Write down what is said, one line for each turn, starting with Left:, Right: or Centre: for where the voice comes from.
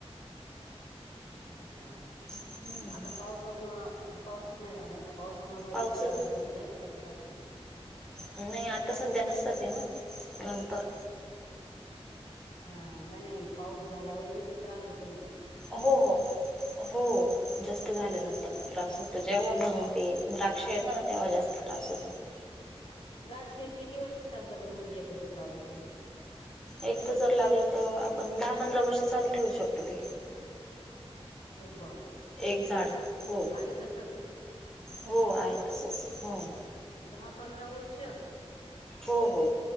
Left: अच्छा,
Centre: हम्म
Left: आता पावसा पण पाऊसच नाही झाला नाही का. पावसाममुळं उभ
Centre: पावसात
Left: पुत्रा हे होत नाही का त्या द्राक्षाला
Centre: नाही आता सध्या नसतात हे ना, नंतर
Left: हा. नाही, नाही पाऊस झाल्यावर वि लय त्रास होत
Centre: हो, हो, हो. जास्त झाल्यानंतर त्रास होतो जेव्हा मंग ते द्राक्ष येत ना तेव्हा जास्त त्रास होतो.
Left: द्राक्ष किती वर्ष चालतं बरं? म्हणजे एकदा जर लावलं तर.
Centre: एकदा जर लावलं तर आपण दहा, पंधरा वर्ष चालू ठेवू शकतो ते.
Left: अरे बापरे!
Centre: एक झाड हो
Left: आहे तसंच.
Centre: हो. आहे तसंच हो.
Left: दहा पंधरा वर्ष
Centre: हो हो.